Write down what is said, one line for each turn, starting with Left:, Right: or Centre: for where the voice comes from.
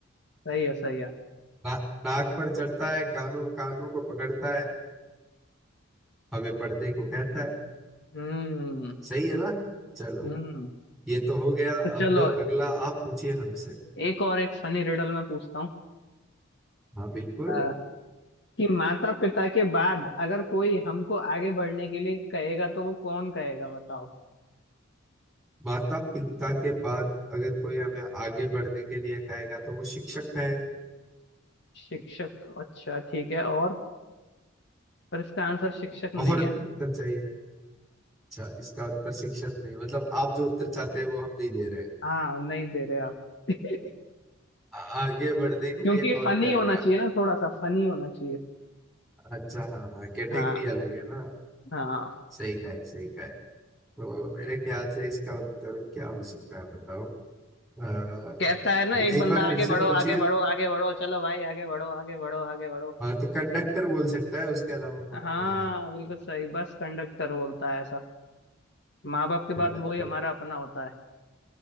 Left: सही है सही है
Centre: ना, नाक पर चढ़ता है कानों कानों को पकड़ता है हमें पढ़ने को कहता है
Left: हम्म
Centre: सही है ना चलो
Left: हम्म
Centre: ये तो हो गया अब
Left: तो चलो
Centre: अगला आप पूछिए हमसे
Left: एक और एक फनी रिडल मैं पूछता हूँ
Centre: हाँ बिल्कुल
Left: अ, कि माता पिता के बाद अगर कोई हमको आगे बढ़ने के लिए कहेगा तो वो कौन कहेगा बताओ
Centre: माता पिता के बाद अगर कोई हमें आगे बढ़ने के लिए कहेगा तो वो शिक्षक कहेगा
Left: शिक्षक अच्छा ठीक है और पर इसका आंसर शिक्षक नहीं
Centre: और
Left: है
Centre: भी उत्तर चाहिए अच्छा इसका उत्तर शिक्षक नहीं मतलब आप जो उत्तर चाहते हैं वो हम नहीं दे रहे हैं
Left: हाँ नहीं दे रहे आप <laughs>
Centre: आ- आगे बढ़ने के
Left: क्योंकि
Centre: लिए कौन
Left: फनी
Centre: कहेगा
Left: होना चाहिए ना थोड़ा सा फनी होना चाहिए
Centre: अच्छा हाँ हाँ कैटेगरी
Left: हाँ
Centre: अलग है ना
Left: हाँ
Centre: सही कहे सही कहे तो मेरे ख्याल से इसका उत्तर क्या हो सकता है बताओ अ,
Left: कहता है ना एक
Centre: एक
Left: बंदा
Centre: बार फिर
Left: आगे
Centre: से
Left: बढ़ो
Centre: पूछिए
Left: आगे बढ़ो आगे बढ़ो चलो भाई आगे बढ़ो आगे बढ़ो आगे बढ़ो
Centre: हाँ तो कंडक्टर बोल सकता है उसके अलावा कौन नहीं
Left: हाँ
Centre: बोलेगा
Left: बिल्कुल सही बस कंडक्टर बोलता है ऐसा माँ बाप के बाद
Centre: कंडक्टर
Left: वही हमारा अपना होता है